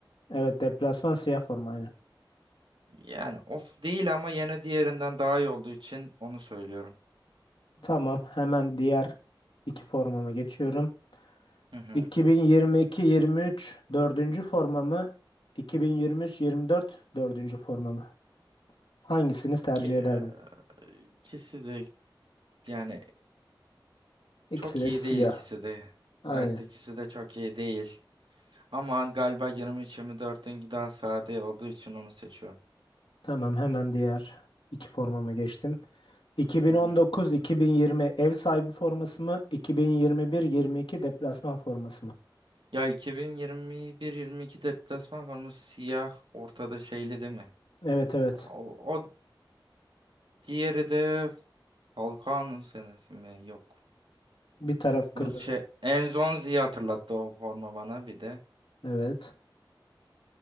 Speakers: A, on the left; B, on the right.
A: Evet, deplasman siyah forma aynı.
B: Yani of değil ama yine diğerinden daha iyi olduğu için onu söylüyorum.
A: Tamam, hemen diğer iki formama geçiyorum.
B: Hı hı.
A: 2022-23 dördüncü forma mı? 2023-24 dördüncü forma mı? Hangisini tercih
B: Ee,
A: ederdin?
B: İkisi de yani
A: İkisi
B: çok
A: de
B: iyi
A: siyah.
B: değil ikisi de.
A: Aynı.
B: Evet ikisi de çok iyi değil. Ama galiba 23-24'ünki daha sade olduğu için onu seçiyorum.
A: Tamam hemen diğer iki formama geçtim. 2019-2020
B: Hı hı.
A: ev sahibi forması mı? 2021-22 deplasman forması mı?
B: Ya 2021-22 deplasman var mı? Siyah ortada şeyli değil mi?
A: Evet evet.
B: O, o diğeri de Falcao'nun senesi mi? Yok.
A: Bir taraf kırmızı.
B: Bu şey Enzonzi'yi hatırlattı o forma bana bir de.
A: Evet.